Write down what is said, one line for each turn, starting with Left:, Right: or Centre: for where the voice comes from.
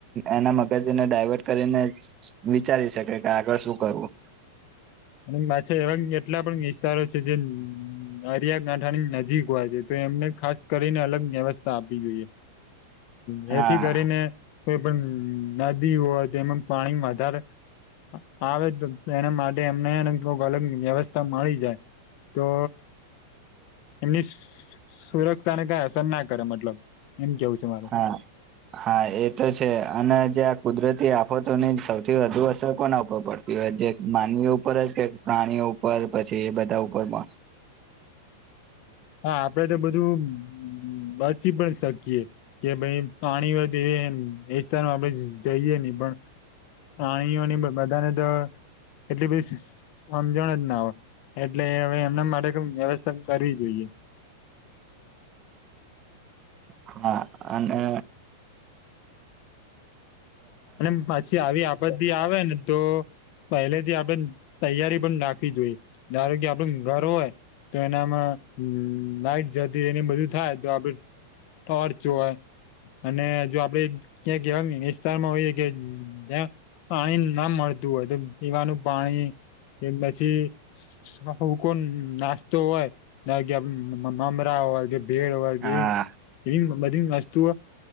Right: એના મગજને ડાયવર્ટ કરીને વિચારી શકે. ત આગળ શું કરવું
Left: અને પાછા એવા એટલા પણ વિસ્તારો છે જે દરિયાકાંઠાની નજીક હોય છે તો એમને ખાસ કરીને અલગ વ્યવસ્થા આપવી જોઈએ હ
Right: હા
Left: એથી કરીને કોઈ પણ નદી હોય તેમાં પાણી વધારે આવે તો તેના માટે એમને અલગ વ્યવસ્થા મળી જાય તો એમની સુરક્ષાને કઈ અસર ના કરે મતલબ એમ કેવું છે મારું
Right: હા હા એ તો છે અને કુદરતી આફતો સૌથી વધુ અસર કોના ઉપર પડતી હોય જે માનવી ઉપર જ કે પ્રણી ઉપર પછી એ બધા ઉપર પણ
Left: <inaudible> હા આપડે તો બધું બચી પણ શકીએે કે ભાઈ પાણી હો એ એ સ્થાનમાં આપડે જઈએ ને પણ પ્રાણીઓની બધાને તો એટલે બી સમજણ જ ના આવે. એટલે હવે એમના માટે ક વ્યવસ્થા કરવી જોઈએ
Right: હા અને
Left: અને પછી આવી આપતી આવે ને તો પહેલેથી આપડે તૈયારી પણ નાખવી જોઈએ ધણ કે આપડે ઘર હોય તો એનામાં હ લાઈટ જતી એને બધું થાય તો આપડે ટોર્ચ જોય અને જો આપડે ક્યાં કવાય વિસ્તારમાં હોય કે જ્યાં પાણી ના મળતું હોય તો પીવાનું પાણી એ પછી કો નાસ્તો હોય કે મામરા હોય કે ભેળ કે
Right: હા
Left: એ એવી બધી વસ્તુઓ